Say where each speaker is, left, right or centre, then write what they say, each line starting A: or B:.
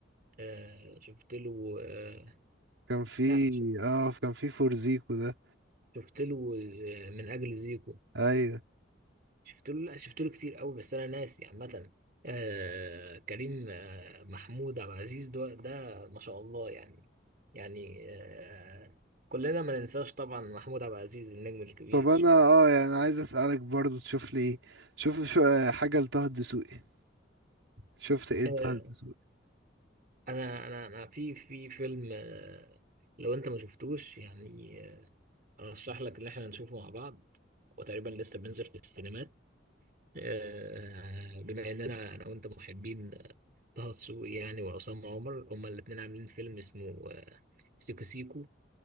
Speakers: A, on the right; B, on the right.
A: آه شفت له آه
B: كان في
A: لا ش-
B: اه كان في فورزيكو ده
A: شفت له آه من أجل زيكو
B: ايوه
A: شفت له لا شفت له كتير قوي بس أنا ناسي عامة آه كريم آه محمود عبد العزيز ده, ده ما شاء الله يعني يعني آه كلنا ما ننساش طبعا محمود عبد العزيز النجم الكبير
B: طب انا اه يعني عايز اسالك برضو تشوف لي ايه شوف شو آه، حاجه لطه الدسوقي شفت ايه لطه
A: آه،
B: الدسوقي
A: انا انا انا في في فيلم آه، لو انت ما شفتوش يعني آه، ارشح لك ان احنا نشوفه مع بعض وتقريبا لسه بينزل في السينمات آه، آه، بما اننا انا وانت محبين آه، طه دسوقي يعني وعصام عمر هما الاثنين عاملين فيلم اسمه آه، سيكو سيكو